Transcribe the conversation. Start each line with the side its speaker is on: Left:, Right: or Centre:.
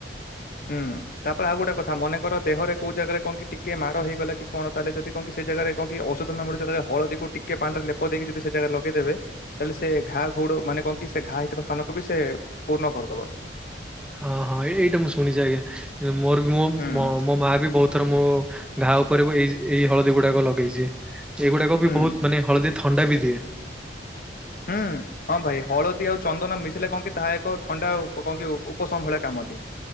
Left: ହୁଁ ତାପରେ ଆଉ ଗୋଟେ କଥା ମନେକର ଦେହରେ କୋଉ ଜାଗାରେ କଣ କି ଟିକେ ମାଡ ହେଇଗଲା କି କଣ ତାହେଲେ ଯଦି କିଛି ସେ ଜାଗାରେ କଣ କି ଔଷଧ ନ ମିଳୁ ହଳଦୀକୁ ଟିକେ ପାଣିରେ ଲେପ ଦେଇକ ଯଦି ସେ ଜାଗା ଲଗେଇଦେ ତାହଲେ ସେ ଘା ହ ମାନେ କଣ କି ସେ ଘା ହେଇଥିବା ସ୍ଥାନକୁ ବି ସେ ପୂର୍ଣ କରିଦବ।
Centre: ହଁ ହଁ ଏ ଏଇଟା ମୁଁ ଶୁଣିଛି ଆଜ୍ଞା ମୋର
Left: ହୁଁ
Centre: ମୋ ମା ବି ବହୁତ ଏଥର ମୋ ଘା ଉପରେ ବି ଏଇ ଏଇ ହଳଦୀ ଗୁଡାକ ଲଗେଇଛି ଏଇଗୁଡାକ
Left: ହୁଁ
Centre: ବି ବହୁତ ମାନେ ହଳଦୀ ଥଣ୍ଡା ବି ଦିଏ
Left: ହୁଁ। ହଁ ଭାଇ ହଳଦୀ ଆଉ ଚନ୍ଦନ ମିଶିଲେ କଣ କି ତାହା ଏକ ଥଣ୍ଡା କଣ କି ଉପଶମ ଭଳିଆ କାମ ଦିଏ।